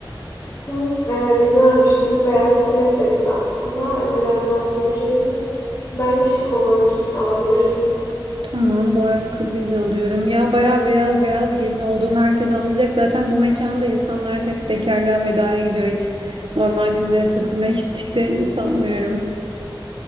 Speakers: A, on the left; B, on the right.
A: Hı. Evet güzelmiş. Düz beyaz stiletto gibi aslında. Öne biraz daha sivriymiş. Bence şık olur. Giy alabilirsin.
B: Tamam bu ayakkabıyı da alıyorum. Ya bayağı beyaz beyaz gelin olduğumu herkes anlayacak. Zaten bu mekanda insanlar hep bekarlığa vedaya gidiyor. Hiç normal günde takılmaya <laughs> gittiklerini sanmıyorum.